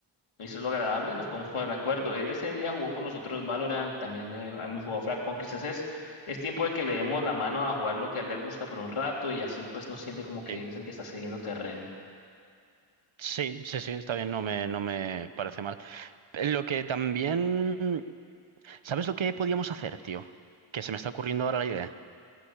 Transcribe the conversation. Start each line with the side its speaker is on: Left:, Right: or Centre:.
Left: eso es lo agradable, nos podemos poner de acuerdo. Él ese día jugó con nosotros Valorant, también eh, hemos jugado Fragpunk, quizás es, es tiempo de que le demos la mano a jugar lo que a él le gusta por un rato y así pues no siente como
Right: Sí,
Left: que él es el que está cediendo terreno.
Right: sí, sí, sí, está bien, no me, no me parece mal. Eh, Lo que también... ¿Sabes lo que podíamos hacer, tío? Que se me está ocurriendo ahora la idea.